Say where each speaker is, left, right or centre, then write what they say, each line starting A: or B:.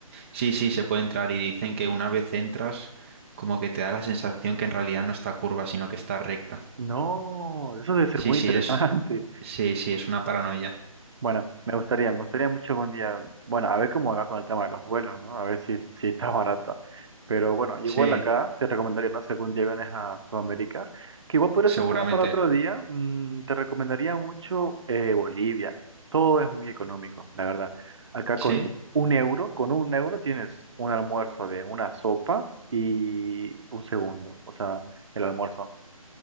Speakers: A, on the right; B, on the right.
A: Sí, sí, se puede entrar y dicen que una vez entras, como que te da la sensación que en realidad no está curva, sino que está recta.
B: No, eso debe ser
A: Sí,
B: muy
A: sí,
B: interesante.
A: es, sí, sí, es una paranoia.
B: Bueno, me gustaría, me gustaría mucho algún día, bueno, a ver cómo va con el tema de los vuelos, ¿no? A ver si, si está <laughs> barato. Pero bueno, igual
A: Sí,
B: acá te recomendaría, no sé, algún día vienes a Sudamérica, que igual podría
A: seguramente.
B: ser tema para otro día, mm, te recomendaría mucho eh, Bolivia. Todo es muy económico, la verdad. Acá
A: Sí,
B: con un euro, con un euro tienes un almuerzo de una sopa y un segundo, o sea, el almuerzo,